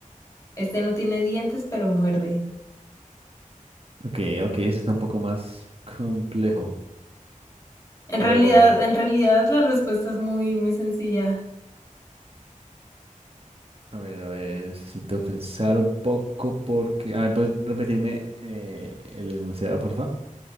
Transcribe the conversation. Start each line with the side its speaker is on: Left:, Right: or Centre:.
Left: Este no tiene dientes pero muerde.
Right: Ok, ok, ese está un poco más complejo.
Left: En
Right: A
Left: realidad,
Right: ver, a ver,
Left: en realidad la respuesta es muy, muy sencilla.
Right: a ver, a ver, necesito pensar un poco porque... A ver, ¿puedes repetirme eh, el enunciado, porfa?